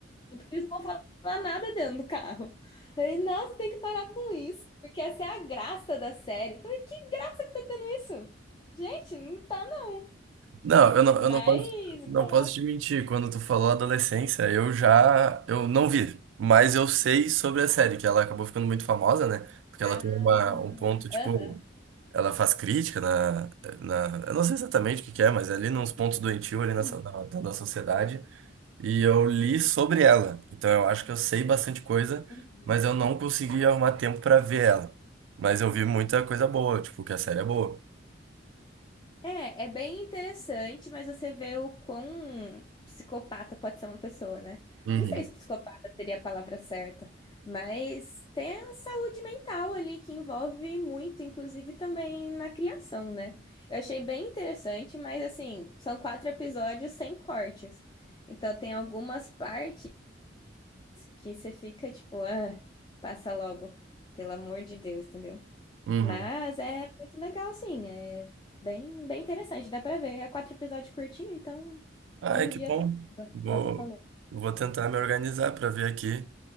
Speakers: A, on the left (about 25°); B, on the right (about 85°).
A: Porque eles não vão falar nada dentro do carro. Aí, nossa, tem que parar com isso, porque essa é a graça da série. Eu falei, que graça que tá tendo isso? Gente, não tá não.
B: Não, eu não,
A: Mas
B: eu não posso, não
A: graça.
B: posso te mentir. Quando tu falou adolescência, eu já, eu não vi, mas eu sei sobre a série, que ela acabou ficando muito famosa, né? Porque
A: Ah,
B: ela tem uma, um ponto, tipo,
A: aham.
B: ela faz crítica na, na, eu não sei exatamente o que que é, mas é ali nos pontos doentio ali na,
A: Uhum.
B: so- na, da da sociedade. E eu li sobre ela. Então eu acho que eu sei bastante coisa,
A: uhum.
B: mas eu não consegui arrumar tempo pra ver ela. Mas eu vi muita coisa boa, tipo, que a série é boa.
A: É, é bem interessante, mas você vê o quão psicopata pode ser uma pessoa, né?
B: Uhum.
A: Não sei se psicopata seria a palavra certa, mas tem a saúde mental ali que envolve muito, inclusive também na criação, né? Eu achei bem interessante, mas assim, são quatro episódios sem cortes. Então tem algumas partes que você fica tipo, ah, passa logo, pelo amor de Deus, entendeu?
B: Uhum.
A: Mas é muito legal, sim. É bem, bem interessante, dá pra ver. É quatro episódios curtinho, então
B: Ah,
A: um
B: é que
A: dia
B: bom.
A: tá, acaba,
B: Vou,
A: igual você falou.
B: vou tentar me organizar pra ver aqui.